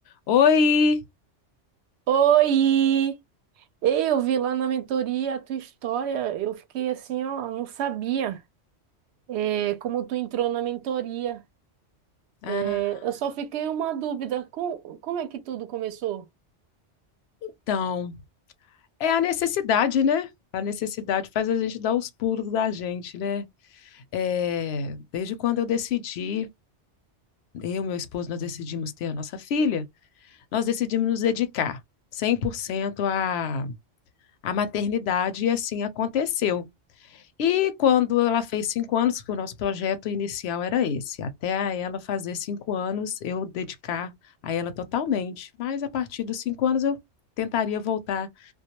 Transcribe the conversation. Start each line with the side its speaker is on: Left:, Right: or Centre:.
Left: Oi!
Right: Oi! Ei, Eu vi lá na mentoria a tua história, eu fiquei assim, ó, não sabia é, como tu entrou na mentoria.
Left: Ah,
Right: É, eu só fiquei uma dúvida, com, como é que tudo começou?
Left: então, é a necessidade, né? A necessidade faz a gente dar os pulos da gente, né? É, desde quando eu decidi, eu e meu esposo, nós decidimos ter a nossa filha, nós decidimos nos dedicar 100% à, à maternidade e assim aconteceu. E quando ela fez cinco anos, porque o nosso projeto inicial era esse, até a ela fazer cinco anos, eu dedicar a ela totalmente. Mas a partir dos cinco anos, eu tentaria voltar